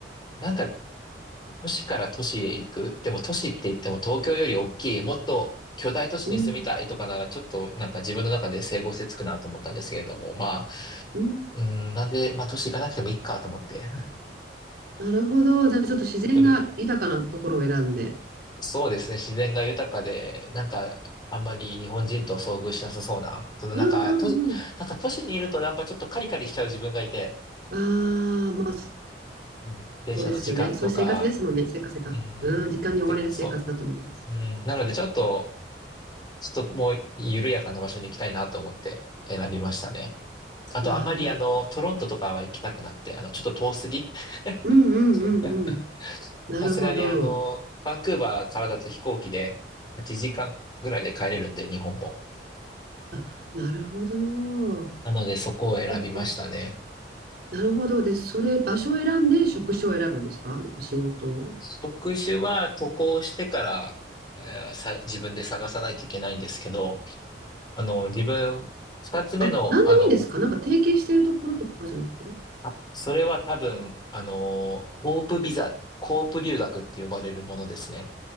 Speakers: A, on the left; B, on the right.
A: なんか都市から都市へ行く、でも都市って言っても東京より大きい、もっと巨大都市に住みたいとかならちょっとなんか自分の中で整合性つくなと思ったんですけれども、
B: うん
A: まあ、
B: うん。
A: うーん、なんで、まあ都市行かなくてもいいかと思って。
B: なるほど。じゃあちょっと自然が豊かなところを選んで。
A: <laughs> それ、そうですね、自然が豊かで、なんかあんまり日本人と遭遇しなさそうな、そのなんか都市、
B: うんうんうん。
A: なんか都市にいるとなんかちょっとカリカリしちゃう自分がいて、
B: ああ、まあそ
A: うん、電車の時間とか、
B: そうですよね。そういう生活ですもんね。せっかせっか。
A: うん、
B: うん、時間に追われる生活だと思います。
A: せそううん、なので、ちょっと、ちょっともう緩やかな場所に行きたいなと思って選びましたね。あと、
B: なる。
A: あまりあの、トロントとかは行きたくなくて、あの、ちょっと遠すぎ。
B: うんうんうんうん。
A: <laughs>
B: なるほど。
A: さすがにあの、バンクーバーからだと飛行機で8時間ぐらいで帰れるんで、日本も。
B: あ、なるほど。
A: なので、そこを選びましたね。
B: そっか。なるほど。で、それ、場所を選んで職種を選ぶんですかなんか仕事を。
A: 職種は渡航してから、えーさ、自分で探さないといけないんですけど、あの、自分、二つ目の、
B: あ、なんでもいいんですかなんか提携しているところとかじゃなくて。
A: あの、あ、それは多分、あのー、コープビザ、コープ留学って呼ばれるものですね。